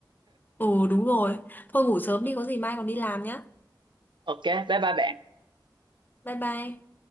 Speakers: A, on the left; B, on the right.
A: Ồ đúng rồi. Thôi ngủ sớm đi có gì mai còn đi làm nhá.
B: ok bye bye bạn
A: Bye bye.